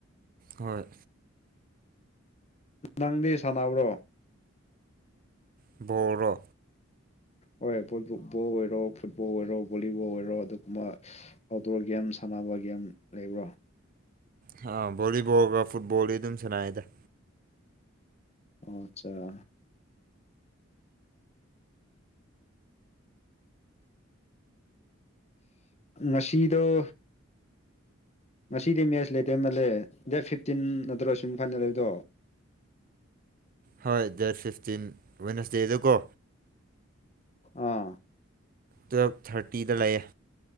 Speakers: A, on the right; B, on the left.
A: ꯍꯣꯏ
B: ꯅꯪꯗꯤ ꯁꯥꯟꯅꯕ꯭ꯔꯣ
A: ꯕꯣꯜꯔꯣ
B: ꯍꯣꯏ ꯕꯣꯕꯨ ꯕꯣꯜ ꯑꯣꯏꯔꯣ ꯐꯨꯠꯕꯣꯜ ꯑꯣꯏꯔꯣ ꯕꯣꯂꯤꯕꯣꯜ ꯑꯣꯏꯔꯣ ꯑꯗꯨꯒꯨꯝꯕ ꯑꯥꯎꯠꯗꯣꯔ ꯒꯦꯝ ꯁꯥꯟꯅꯕ ꯒꯦꯝ ꯂꯩꯕ꯭ꯔꯣ
A: ꯍꯥ ꯕꯣꯂꯤꯕꯣꯜꯒ ꯐꯨꯠꯕꯣꯜꯒ ꯑꯗꯨꯝ ꯁꯅꯩꯗ
B: ꯑꯣ ꯑꯆꯥ ꯉꯁꯤꯗꫭ ꯉꯁꯤꯗꯤ ꯃꯦꯠꯁ ꯂꯩꯇꯦ ꯃꯜꯂꯦ ꯗꯦꯠ ꯐꯤꯞꯇꯤꯟ ꯅꯠꯇ꯭ꯔꯣ ꯁꯨꯝ ꯐꯥꯏꯅ ꯂꯩꯕꯗꯣ
A: ꯍꯣꯏ ꯗꯦꯠ ꯐꯤꯐꯇꯤꯟ ꯋꯦꯟꯁꯗꯦꯗ ꯀꯣ
B: ꯑꯥ
A: ꯇꯨꯌꯦꯞ ꯊꯥꯔꯇꯤꯗ ꯂꯩꯌꯦ